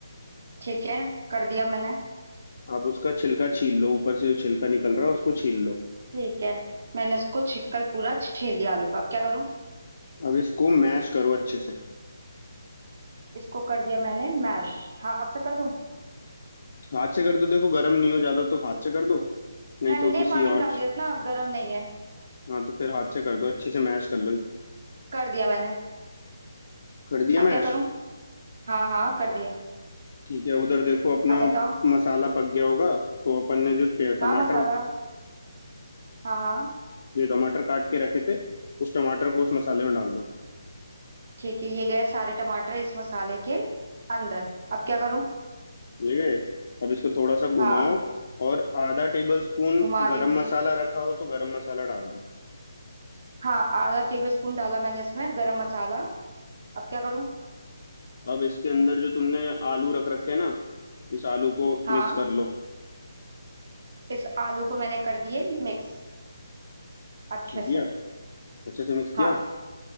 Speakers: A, on the right (about 55°); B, on the left (about 55°).
A: ठीक है कर दिया मैंने
B: अब उसका छिलका छील लो ऊपर से जो छिलका निकल रहा है उसको छील लो
A: ठीक है मैंने उसको छिकल पूरा छील दिया आलू का अब क्या करूं
B: अब इसको मैश करो अच्छे से
A: इसको कर दिया मैंने मैश हाथ से कर दूं
B: हाथ से कर दो देखो गर्म नहीं हो ज्यादा तो हाथ से कर दो नहीं
A: ठंडे
B: तो किसी
A: पानी में
B: और
A: डाल
B: च-
A: दिया ना गर्म नहीं है
B: हाँ तो फिर हाथ से कर दो अच्छे से मैश कर लो
A: कर दिया मैंने
B: कर दिया
A: अब
B: मैश
A: क्या करूं हाँ हाँ कर दिया
B: ठीक है उधर देखो अपना
A: अब बताओ
B: मसाला पक गया होगा तो अपन ने जो पे- टमाटर
A: हाँ मसाला हाँ हाँ
B: जो टमाटर काट के रखे थे उस टमाटर को उस मसाले में डाल दो
A: ठीक है ये गए सारे टमाटर इस मसाले के अंदर अब क्या करूं
B: ठीक है अब इसको थोड़ा सा घुमाओ
A: हाँ
B: और आधा टेबल स्पून
A: घुमा रही
B: गरम
A: हूँ
B: मसाला रखा हो तो गरम मसाला डाल दो
A: हाँ आधा टेबल स्पून डाला मैंने इसमें गरम मसाला अब क्या करूं
B: अब इसके अंदर जो तुमने आलू रख रखे हैं ना इस आलू को
A: हाँ
B: मिक्स कर लो
A: इस आलू को मैंने कर दिए मिक्स अच्छे
B: कर
A: से
B: दिया अच्छे से मिक्स किया
A: हाँ